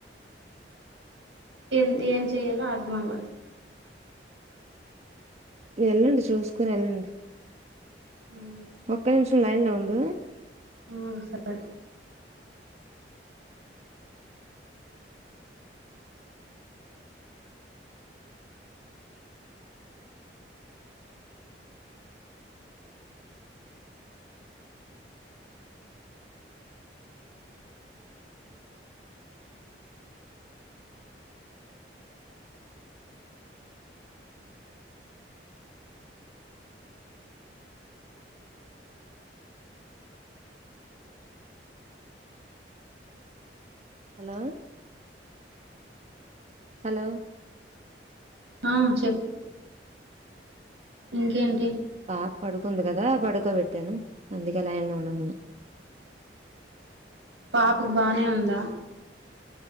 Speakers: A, on the right; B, on the right.
A: ఎం ఏం చేయాలో అర్థం అవ్వట్లే
B: ఎళ్ళండి చూసుకొని ఎళ్ళండి
A: ఉ
B: ఒక్క నిమిషం లైన్ లో ఉండు
A: ఉమ్ సరే
B: హలో హలో
A: ఆ చెప్ ఇంకేంటి
B: పాప పడుకుంది కదా పడుకోబెట్టాను అందుకే లైన్ లో ఉండమన్నా
A: పాపకు బానే ఉందా